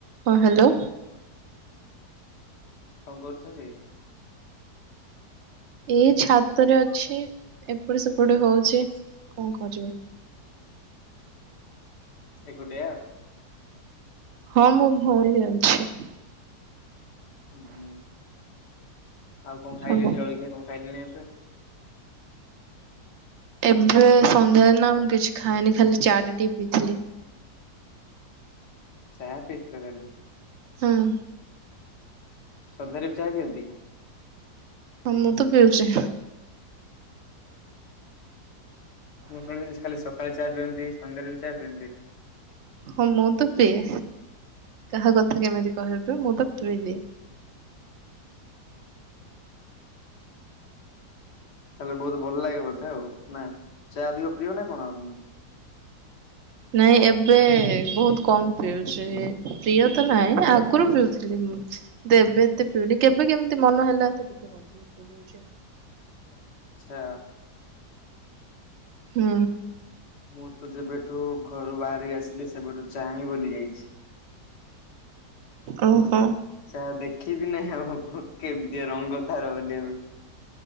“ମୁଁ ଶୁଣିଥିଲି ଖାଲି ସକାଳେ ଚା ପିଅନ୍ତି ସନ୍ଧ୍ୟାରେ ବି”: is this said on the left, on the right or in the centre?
Left